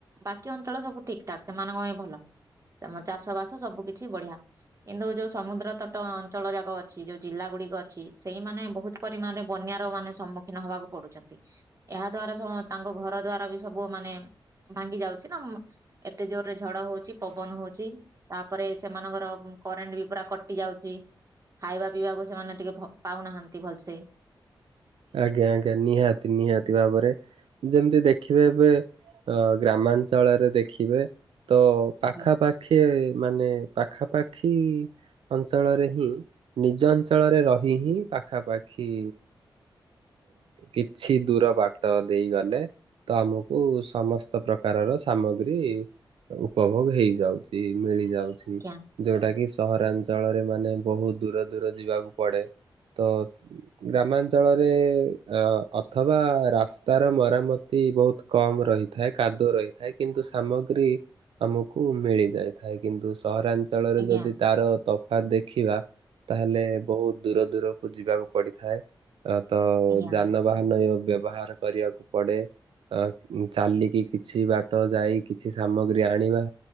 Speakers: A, on the right (about 35°); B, on the right (about 75°).
A: ବାକି ଅଞ୍ଚଳ ସବୁ ଠିକ ଠାକ ସେମାନଙ୍କ ପାଇଁ ଭଲ। ଚମ ଚାଷ ବାସ ସବୁ କିଛି ବଢିଆ। କିନ୍ତୁ ଯୋଉ ସମୁଦ୍ର ତଟ ଅଞ୍ଚଳ ଯାକ ଅଛି ଯୋଉ ଜିଲ୍ଲା ଗୁଡିକ ଅଛି ସେଇମାନେ ବହୁତ ପରିମାଣରେ ବନ୍ୟାର ମାନେ ସମ୍ମୁଖୀନ ହବାକୁ ପଡୁଛନ୍ତି। ଏହା ଦ୍ଵାରା ତାଙ୍କ ଘର ଦ୍ଵାର ବି ସବୁମାନେ ଭାଙ୍ଗି ଯାଉଛି ନା ଏତେ ଜୋରରେ ଝଡ ହଉଛି ପବନ ହଉଛି ତାପରେ ସେମାନଙ୍କର କରେଣ୍ଟ ବି ପୁରା କଟି ଯାଉଛି। ଖାଇବା ପିଇବାକୁ ସେମାନେ ଟିକେ ଭ ପାଉନାହାନ୍ତି ଭଲସେ।
B: ଆଜ୍ଞା ଆଜ୍ଞା ନିହାତି ନିହାତି ଭାବରେ ଯେମିତି ଦେଖିବେ ଏବେ ଅ ଗ୍ରାମାଞ୍ଚଳରେ ଦେଖିବେ ତ
A: ଆଜ୍ଞା
B: ପାଖାପାଖି ମାନେ ପାଖାପାଖି ଅଞ୍ଚଳରେ ହିଁ ନିଜ ଅଞ୍ଚଳରେ ରହି ହିଁ ପାଖାପାଖି କିଛି ଦୂର ବାଟ ଦେଇ ଗଲେ ତ ଆମକୁ ସମସ୍ତ ପ୍ରକାର ର ସାମଗ୍ରୀ ଉପଭୋଗ ହେଇଯାଉଛି ମିଳିଯାଉଛି
A: ଆଜ୍ଞା
B: ଯୋଉଟା କି ସହରାଞ୍ଚଳରେ ମାନେ ବହୁତ ଦୂର ଦୂର ଯିବାକୁ ପଡ଼େ ତ ଗ୍ରାମାଞ୍ଚଳରେ ଅ ଅଥବା ରାସ୍ତା ର ମରାମତି ବହୁତ କମ ରହିଥାଏ। କାଦୁଅ ରହିଥାଏ। କିନ୍ତୁ ସାମଗ୍ରୀ ଆମକୁ ମିଳି ଯାଇଥାଏ କିନ୍ତୁ ସହରାଞ୍ଚଳରେ
A: ଆଜ୍ଞା
B: ଯଦି ତାର ତଫାତ ଦେଖିବା ତାହେଲେ ବହୁତ ଦୂର ଦୂରକୁ ଯିବାକୁ ପଡିଥାଏ। ତ
A: ଆଜ୍ଞା
B: ଯାନବାହାନ ବ୍ୟବହାର କରିବାକୁ ପଡେ। ଅ ଚାଲିକି କିଛି ବାଟ ଯାଇ କିଛି ସାମଗ୍ରୀ ଆଣିବା।